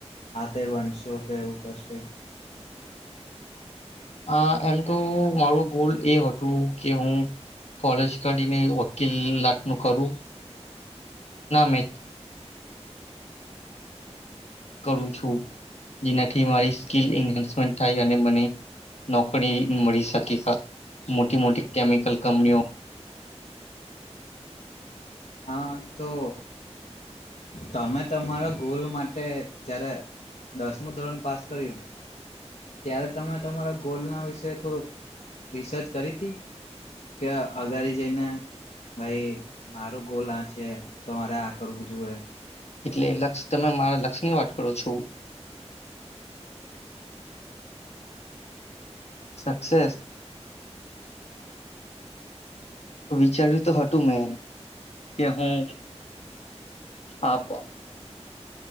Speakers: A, on the left (about 80°); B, on the left (about 70°).
A: આ કઈ બનશો કે એવું કશો કઈ
B: આ એમ તો મારો ગોલ એ હતું કે હું કોલેજ કરીને વકીલત કરું મેમ કરું છું જેનાથી મારી સ્કીલન્સમેન્ટ થાય નોકરી મળી શકે મોટી મોટી કેમિકલ કંપનીઓ
A: હા તો તમે તમારા ગોલ માટે જ્યારે દસમું ધોરણ પાસ કર્યું ત્યારે તમે તમારા ગોલના વિશે થોડુંક રિસર્ચ કરી હતી કે અગાડી જઈને ભાઈ મારો ગોલ આ છે તમારે આ કરવું જોઈએ
B: એટલે લક્ષ તમે મારા લક્ષ્યની વાત કરો છો સક્સેસ વિચાર્યું તો હતું મેં કે હું આપ